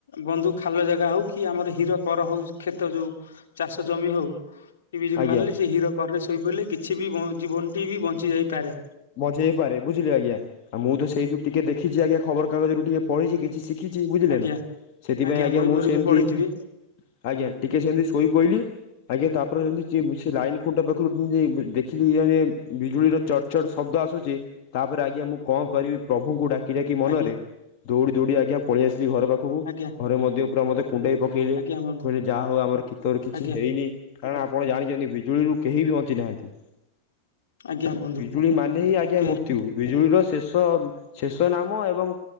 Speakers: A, on the left (about 65°); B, on the left (about 45°).
A: ବନ୍ଧୁ ଖାଲ ଜାଗା ହଉ କି ଆମର ହୀର କର ହଉଛି କ୍ଷେତ ଯୋଉ ଚାଷ ଜମି ହଉ। ସେ ବିଜୁଳି
B: ଆଜ୍ଞା।
A: ମାରିଲେ ସେ ହିର କରରେ ଶୋଇ ପଡ଼ିଲେ କିଛି ବି ଜୀବନଟି ବି ବଞ୍ଚି ଯାଇପାରେ।
B: ମଝେ ହେଇପାରେ ବୁଝିଲେ ଆଜ୍ଞା ମୁଁ ତ ସେଇଠୁ ଟିକେ ଦେଖିଛି ଆଜ୍ଞା ଖବର କାଗଜରୁ ଟିକେ ପଢିଛି କିଛି ସି କିଛି ବୁଝିଲେ
A: ଆଜ୍ଞା
B: ନା ସେଥିପାଇଁ ଆଜ୍ଞା
A: ବହିଭରୁ
B: ମୁଁ ସେମତି
A: ବି ପଢିଥିବେ
B: ଆଜ୍ଞା ଟିକେ ସେମିତି ଶୋଇ ପହିଲି ଆଜ୍ଞା ତାପରେ ଯେମିତ ସେ ଲାଇନ୍ ଖୁଣ୍ଟ ପାଖରୁ <unintelligible> ଦେଖିଲି ବିଜୁଳିର ଚଟ୍ ଚଡ଼ ଚଡ୍ ଶବ୍ଦ ଆସୁଛି ତାପରେ ଆଜ୍ଞା ମୁଁ କଣ କରିବି ପ୍ରଭୁଙ୍କୁ ଡାକି ଡାକି ମନରେ
A: ଆଜ୍ଞା
B: ଦୌଡି ଦୌଡି ଆଜ୍ଞା ପଳେଇ ଆସିଲି ଘର ପାଖକୁ
A: ଆଜ୍ଞା
B: ଘରେ ମଧ୍ୟ ପୁରା ମତେ କୁଣ୍ଡ ପ ଇବେ କହିଲେ
A: ଆଜ୍ଞା ବନ୍ଧୁ
B: ଯାହା ହଉ ଆମର କୀ ତୋର କିଛି
A: ଆଜ୍ଞା
B: ହେଇନି କାରଣ ଆପଣ ଜାଣିଚନ୍ତି ବିଜୁଳିରୁ କେହି ବି ବଞ୍ଚି ନାହାଁନ୍ତି।
A: ଆଜ୍ଞା। ବନ୍ଧୁ
B: ବିଜୁଳି ମାନେ ହିଁ ଆଜ୍ଞା
A: କେହି
B: ମୃତ୍ୟୁ।
A: ତ
B: ବିଜୁଳିର ଶେଷ ଶେଷ ନାମ ଏବଂ